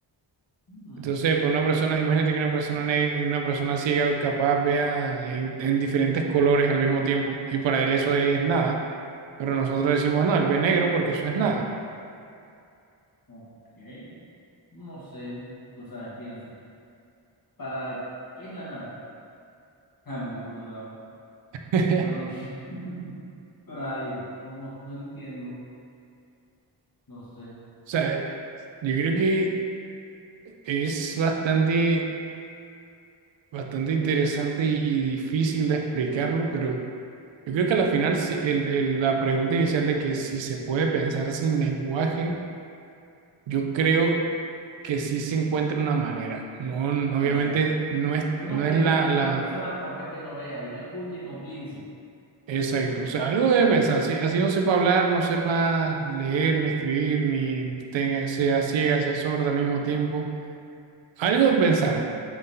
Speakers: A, on the left; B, on the right.
A: Mm,
B: Entonces, pues una persona, imagínate que una persona, ne- una persona ciega capaz vea en, en diferentes colores al mismo tiempo y para él eso es nada, pero nosotros decimos, no, él ve negro porque eso es nada.
A: ok. No sé, o sea, pienso. ¿Para qué es la nada? <laughs> Ah, me voy por otro lado.
B: <laughs>
A: Pero, <laughs> pero ajá, digo, como no, no entiendo, no sé.
B: O sea, yo creo que es bastante, bastante interesante y, y difícil de explicarlo, pero... Yo creo que a la final si- el- el- la pregunta inicial de que si se puede pensar sin lenguaje, yo creo que sí se encuentra una manera. No, no,
A: O
B: obviamente
A: sea, sí.
B: no es,
A: Yo no
B: no es
A: pienso
B: la,
A: que
B: la...
A: una persona, por más que no vea y no escuche, no piense.
B: Exacto, o sea, algo debe pensar. Si, así no sepa hablar, no sepa leer, ni escribir, ni tenga, sea ciega, sea sorda al mismo tiempo, algo pensará,